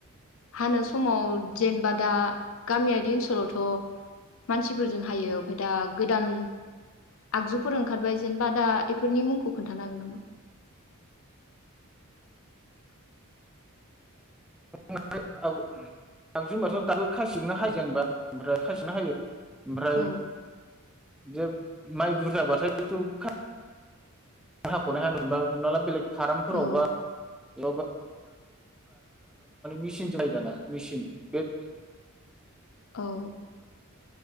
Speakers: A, on the left (about 65°); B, in the centre.
A: हानो समाव जेनेबा दा गामियारि ओनसोलावथ' मानसिफोरजों हायो ओमफाय दा गोदान आगजुफोर ओंखारबाय जेनेबा दा बेफोरनि मुंखौ खोन्थानो हागोन नामा?
B: <unintelligible> औ आगजु होनबाथ' दाबो खाायसिजोंनो हायो जेनबा ओमफ्राय खाासिनो हायो ओमफ्राय
A: औ
B: जे माइ बुरजाबाथायथ' खा हाखनो हाया मोनबा हमना ला बेलग खारामफोरावबा
A: औ
B: <unintelligible> मिसिनजों हायो दाना मिसिन बे
A: औ